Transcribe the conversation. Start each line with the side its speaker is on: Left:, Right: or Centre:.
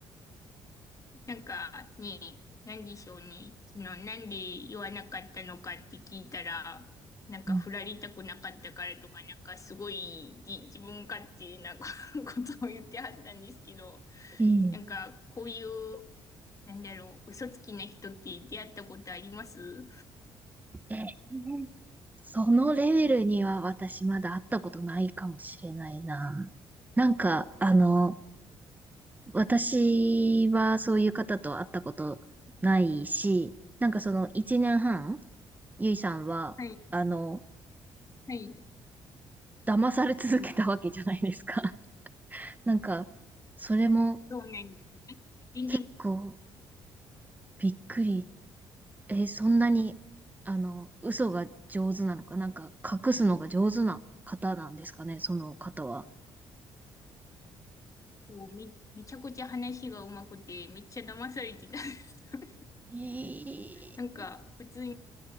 Left: なんかね、なんでしょうね、その、なんで言わなかったのかって聞いたら、なんか、
Right: うん
Left: 振られたくなかったからとか、なんか、すごい、じ、自分勝手な <laughs> ことを言ってはったんですけど、
Right: えー
Left: なんか、こういう、なんだろう、嘘つきな人って出会ったことあります
Right: えーそのレベルには私まだ会ったことないかもしれないな。なんか、あの、私はそういう方と会ったことないし、なんかその一年半、ゆいさんは、
Left: はい、
Right: あの、
Left: はい。
Right: 騙され続けたわけじゃないですか。<laughs> なんか、それも
Left: そうなんです。なんか全然、
Right: 結構びっくり。えーそんなに、あの、嘘が上手なのか、なんか隠すのが上手な方なんですかね、その方は。
Left: こう、め、めちゃくちゃ話が上手くて、めっちゃ騙されてたんです。<laughs>
Right: えー
Left: なんか、普通に、